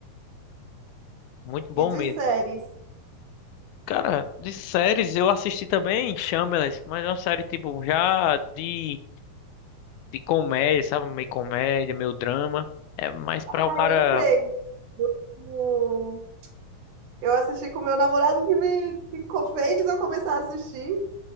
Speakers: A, on the left (about 80°); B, on the right (about 70°).
A: Muito bom
B: E de
A: mesmo.
B: séries?
A: Cara, de séries eu assisti também Shameless, mas é uma série tipo já de, de comédia, sabe? Meio comédia, meio drama. É mais pra
B: Ah,
A: o cara
B: eu sei. O- Eu assisti com o meu namorado que me que co- fez eu começar a assistir.